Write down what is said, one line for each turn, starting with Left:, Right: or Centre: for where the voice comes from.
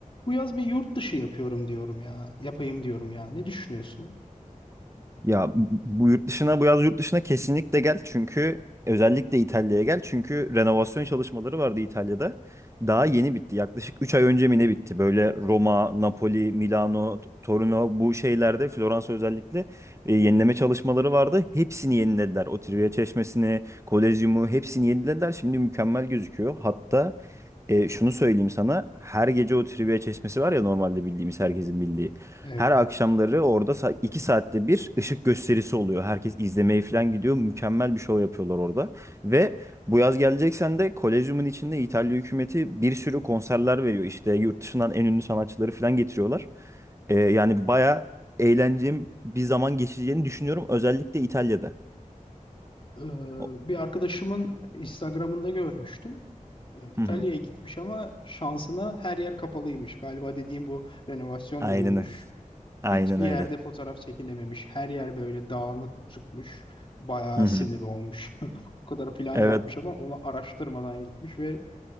Left: Bu yaz bir yurt dışı yapıyorum diyorum ya. Yapayım diyorum ya. Ne düşünüyorsun?
Right: Ya bu yurt dışına bu yaz yurt dışına kesinlikle gel çünkü özellikle İtalya'ya gel çünkü renovasyon çalışmaları vardı İtalya'da. Daha yeni bitti. Yaklaşık 3 ay önce mi ne bitti? Böyle Roma, Napoli, Milano, Torino bu şehirlerde Floransa özellikle e, yenileme çalışmaları vardı. Hepsini yenilediler. O Trivia Çeşmesi'ni, Kolezyumu hepsini yenilediler. Şimdi mükemmel gözüküyor. Hatta e, şunu söyleyeyim sana. Her gece o trivia çeşmesi var ya normalde bildiğimiz herkesin bildiği.
Left: Evet.
Right: Her akşamları orada sa- iki saatte bir ışık gösterisi oluyor. Herkes izlemeye falan gidiyor. Mükemmel bir şov yapıyorlar orada. Ve bu yaz geleceksen de Kolezyum'un içinde İtalya hükümeti bir sürü konserler veriyor. İşte yurt dışından en ünlü sanatçıları falan getiriyorlar. E, yani baya eğlenceli bir zaman geçireceğini düşünüyorum. Özellikle İtalya'da.
Left: Ee,
Right: O-
Left: bir arkadaşımın Instagram'ında görmüştüm. Ee, İtalya'ya
Right: Hı hı.
Left: gitmiş ama şansına her yer kapalıymış. Galiba dediğim bu renovasyon
Right: Aynen,
Left: oluyormuş.
Right: aynen
Left: Hiçbir
Right: öyle.
Left: yerde fotoğraf çekinememiş. Her yer böyle dağınık, uçukmuş. Bayağı
Right: Hı hı.
Left: sinir olmuş. <laughs> O kadar plan
Right: Evet.
Left: yapmış ama onu araştırmadan gitmiş ve